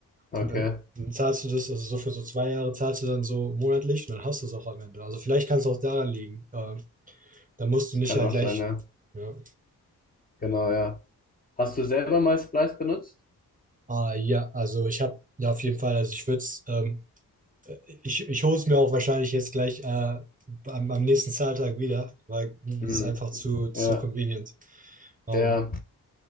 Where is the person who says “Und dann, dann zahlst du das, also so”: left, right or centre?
Right